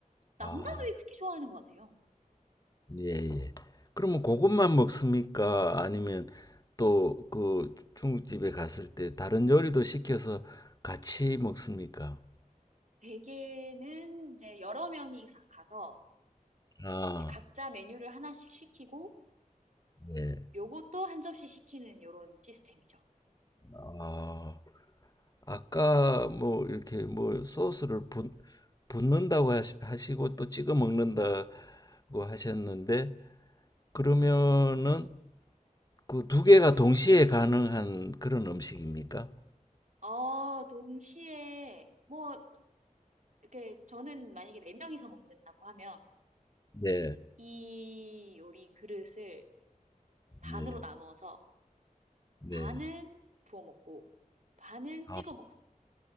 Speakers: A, on the right; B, on the left.
A: 남자들이
B: 아,
A: 특히 좋아하는 것 같아요.
B: 예, 예. 그러면 그것만 먹습니까? 아니면 또 그 중국집에 갔을 때 다른 요리도 시켜서 같이 먹습니까?
A: 대개는 이제 여러 명이 가- 가서
B: 아.
A: 이제 각자 메뉴를 하나씩 시키고
B: 네.
A: 요것도 한 접시 시키는 요런 시스템이죠.
B: 아, 아까 뭐 이렇게 뭐 소스를 붓, 붓는다고 하시, 하시고 또 찍어 먹는다고 하셨는데 그러면은 그 두 개가 동시에 가능한 그런 음식입니까?
A: 아, 동시에 뭐 이게 저는 만약에 네 명이서 먹는다고 하면
B: 네,
A: 이 요리 그릇을 반으로
B: 네,
A: 나누어서
B: 네.
A: 반은 부어 먹고 반은
B: 아,
A: 찍어 먹,